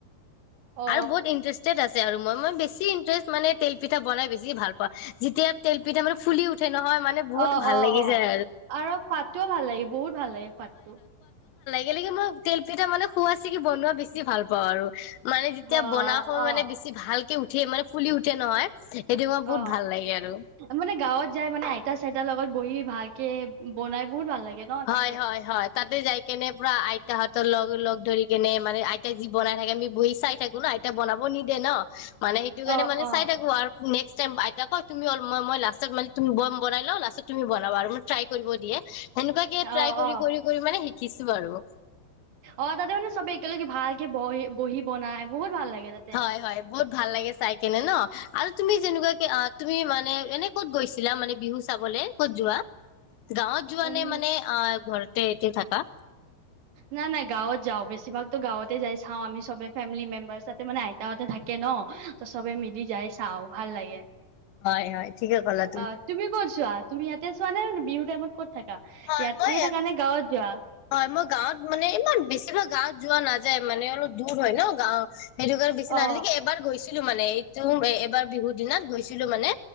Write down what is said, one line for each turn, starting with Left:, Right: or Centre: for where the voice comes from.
Right: অ অ
Left: আৰু বহুত ইন্টাৰেষ্টেড আছে আৰু মই বেছি ইনষ্টেট মানে তেল পিঠা পিঠা বনাই বেছি ভাল পাও যেতিয়া তেল দুটা মান ফুলি উঠে নহয় মানে বহুত
Right: অ
Left: ভাল
Right: অ
Left: লাগি
Right: অ
Left: যায়
Right: আৰু সুৱাদটোও ভাল লাগে বহুত ভাল লাগে সুৱাদটো।
Left: কেলেই কি মই তেলপিঠা মানে খুৱচি কি বনোৱা বেছি ভাল পাওঁ আৰু মানে যেতিয়া
Right: অ
Left: বনা হয়
Right: অ
Left: মানে বেছি ভালকে উঠ। উঠে মানে ফুলি উঠে নহয়। সেইটো মই
Right: অ
Left: বহুত ভাল লাগে আৰু
Right: মানে গাঁৱত যাই মানে আইতা চইতাৰ লগত বহি ভালকে বনাই বহুত ভাল লাগে। ন
Left: হয়
Right: তাতে
Left: হয় হয় তাতে যাই কেনে পুৰা আই। তাহাঁতৰ লগ লগ ধৰি কেনে মানে আইতা যি বনাই থাকে আমি বহি চাই থাকো ন আইতা বনাব নিদে ন মানে সেইটো কাৰণে
Right: অ
Left: মানে
Right: অ
Left: চাই থাকোঁ আৰু কোনে- আইতাই কয় তুমি মই লম বনাই লম লাষ্টত তুমি বনাবা আৰু মনে ট্ৰাই কৰিব দিয়ে। সেনেকুৱাকে
Right: অ
Left: ট্ৰাই কৰি
Right: অ
Left: কৰি কৰি মানে। কিছু বাৰু।
Right: অ তাতে মানে চবে একেলগে ভালকে বহি বহি বনাই বহুত ভাল লাগে। তাতে
Left: হয় হয় বহুত ভাল লাগে চাই কেনে ন আৰু তুমি যেনেকুৱা কি অ তুমি মানে? মানে এনে ক'ত গৈছিলা মানে বিহু চাবলে ক'ত যোৱা? গাঁৱত যোৱা
Right: উম
Left: নে মান অ ঘৰত। তে এতিয়া থাকা।
Right: নাই নাই গাঁৱত যাওঁ বেছিভাগতো গাঁৱতে যাই চাওঁ আমি সবে ফেমিলি মেম্বাৰ তাতে মানে আইতাহতে থাকে ন ত সবে মিলি যাই চাওঁ ভাল লাগে।
Left: হয় হয় ঠিকে ক'লা
Right: অ তুমি ক'ত চোৱা তুমি ইয়াতে চোৱা নে বিহুত। তই মোক ক'ত থাকে।
Left: হয়
Right: ইয়াতে
Left: মই
Right: থকা নে গাঁৱত যোৱা।
Left: হয় মই গাঁৱত মানে ইমান বেছি ভাগ গাঁৱত যোৱা নাযায়। মানে অলপ দূৰ হয় ন গাঁৱত। সেইটো কাৰণে
Right: অ
Left: নে এবাৰ গৈছোঁ। ছিলো মানে এইটো এবাৰ বিহু দিনত গৈছিলোঁ মানে